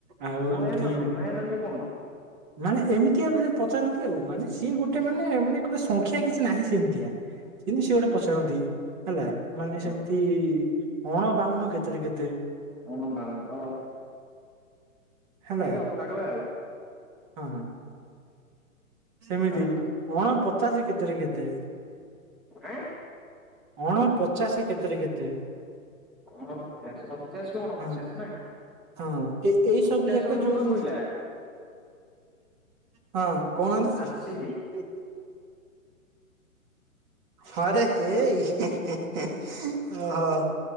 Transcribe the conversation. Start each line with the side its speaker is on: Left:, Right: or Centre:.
Right: ଆଉ
Centre: ନୟା
Right: ଏମିତି
Centre: ନବେ ନୟା ନବେ କଣ?
Right: <inaudible> ମାନେ ଏମିତିଆ ମାନେ ପଚାରନ୍ତି ଆଉ ମାନେ ସିଏ ଗୋଟେ ମାନେ ମାନେ ଗୋଟେ ସଂଖ୍ୟା କିଛି ନାହିଁ ସେମିତିଆ। କିନ୍ତି ସେ ଗୋଟ ପଚାରନ୍ତି। ହେଲା ମାନେ
Centre: ହଁ
Right: ସେମିତି ଅଣ ବାଉନ କେତେ ରେ କେତେ?
Centre: ହଣ ବାଉନ ଓ।
Right: ହେଲା
Centre: ଟିକେ ଅଖାଡୁଆ ଆଉ।
Right: ହଁ ହଁ। ସେମିତି
Centre: ଆଉ
Right: ଅଣ ପଚାଶ କେତେରେ କେତେ?
Centre: ଆଁ
Right: ଅଣ ପଚାଶ କେତେ ରେ କେତେ?
Centre: ଅଣପଚାଶ ଅଣଞ୍ଚାସ କୁ ଅଣପଚାଶ
Right: ହଁ
Centre: ନା?
Right: ହଁ ଏ ଏଇ
Centre: ପଚାଶ
Right: ସବୁ ଯାକ
Centre: ରୁ ମନେ
Right: ଯୋଉ
Centre: ପଇଲା
Right: ହଁ କହୁନାହାନ୍ତି।
Centre: ଆର୍ ସି ବି
Right: ହରେ ହେଇ ଓହୋ।